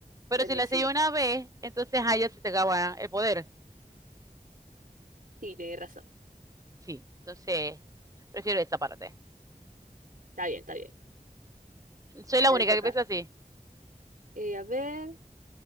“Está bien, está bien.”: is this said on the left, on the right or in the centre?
Right